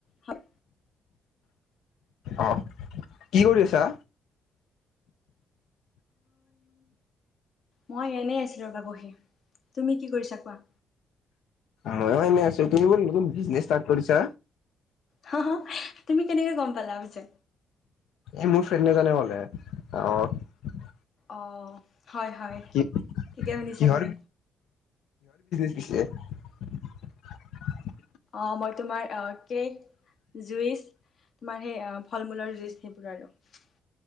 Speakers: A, on the left; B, on the left.
A: হাত।
B: অ', কি কৰি আছা?
A: মই এনেই আছিলো ৰ'বা বহি, তুমি কি কৰিছা কোৱা?
B: ময়ো এনেই আছোঁ, তুমি বোলে নতুন বিজনেছ ষ্টাৰ্ট কৰিছা।
A: হ', হ' তুমি কেনেকে গম পালা পিছে?
B: এ মোৰ ফ্ৰেণ্ড এজনে ক'লে, অ'।
A: অ'। হয়, হয়,
B: কি
A: ঠিকে শুনিছা
B: কিহৰ
A: তুমি।
B: <unintelligible>
A: অ', মই তোমাৰ কেক জুছ তোমাৰ সেই ফল মূলৰ জুইচ <unintelligible>